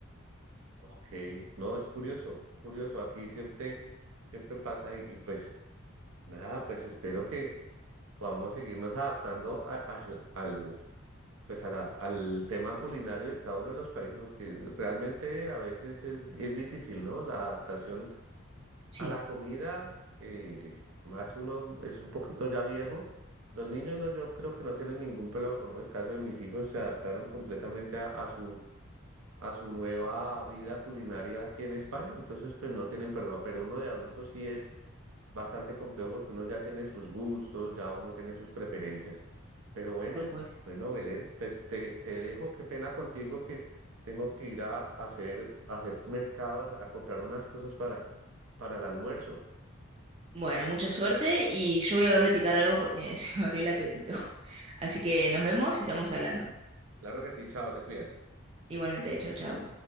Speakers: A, on the right; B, on the right.
A: Ok, no, es curioso, curioso, aquí siempre, siempre pasa y, y pues nada, pues espero que podamos seguirnos adaptando a- al, al, pues a la- al tema culinario de cada uno de los países, porque realmente a veces es, es difícil, ¿no? La adaptación
B: Sí,
A: a la comida, eh, más uno es un poquito ya viejo. Los niños no, yo creo que no tienen ningún problema, por ejemplo, en el caso de mis hijos se adaptaron completamente a, a su a su nueva vida culinaria aquí en España, entonces pues no tienen problema, pero uno de adulto sí es bastante complejo porque uno ya tiene sus gustos, ya uno tiene sus preferencias. Pero bueno,
B: tal cual.
A: bueno, Belén, pues te, te dejo, qué pena contigo que tengo que ir a hacer, a hacer mercados, a comprar unas cosas para, para el almuerzo.
B: Bueno, mucha suerte y yo voy a ver de picar algo porque <laughs> se me abrió el apetito. Así que
A: Listo.
B: nos vemos y estamos hablando.
A: Claro que sí, chao, te cuidas.
B: Igualmente, chau, chau.